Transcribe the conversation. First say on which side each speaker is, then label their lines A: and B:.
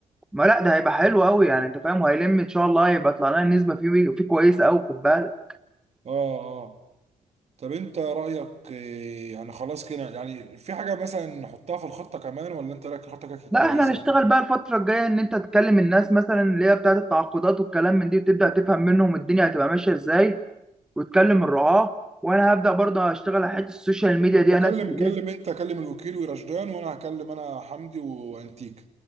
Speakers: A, in the centre; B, on the right.
A: ما لا ده هيبقى حلو قوي يعني انت فاهم وهيلم ان شاء الله هيبقى طلع لنا النسبه فيه فيه كويسه قوي خد بالك
B: اه اه طب انت رأيك آه، يعني خلاص كده يعني في حاجة مثلا نحطها في الخطة كمان ولا انت رأيك الخطة كده
A: لا
B: كويسة؟
A: احنا هنشتغل بقى الفتره الجايه ان انت تكلم الناس مثلا اللي هي بتاعت التعاقدات والكلام من دي وتبدا تفهم منهم الدنيا هتبقى ماشيه ازاي وتكلم الرعاة وانا هبدأ برضه اشتغل على حتة السوشيال ميديا
B: انت
A: دي
B: كلم
A: انا
B: كلم
A: إيه؟
B: انت كلم الوكيل ورشدان وانا هكلم انا حمدي وانتيكا